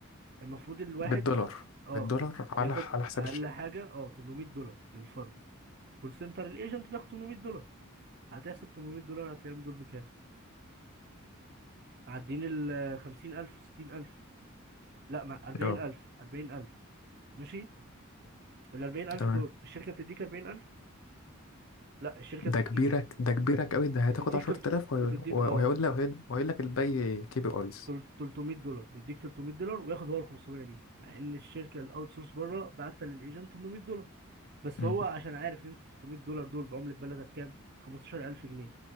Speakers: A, on the right; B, on the left.
A: المفروض الواحد
B: بالدولار
A: اه
B: بالدولار
A: بياخد
B: على على حساب
A: اقل
B: الشركة
A: حاجه اه 800 دولار للفرد كول سنتر الايجنت بياخد 800 دولار هتحسب 800 دولار هتلاقيهم دول بكام معديين ال 50000 60000 لا ما 40000
B: اه
A: 40000 ماشي ال 40000
B: تمام
A: دول الشركة بتديك 40000 لا الشركة
B: ده
A: بتديك
B: كبيرك
A: ايه
B: ده كبيرك قوي ده هتاخد
A: بتديك
B: 10000
A: تلت...
B: وهي-
A: بتديك
B: وهيقول
A: اه
B: لك وهيقول لك الباقي كي بي ايز
A: تل- 300 دولار يديك 300 دولار وياخد هو ال 500 ليه مع ان الشركة الاوت سورس بره بعت للايجنت 800 دولار بس
B: مم.
A: هو عشان عارف ان انت 300 دولار دول بعملة بلدك كام 15000 جنيه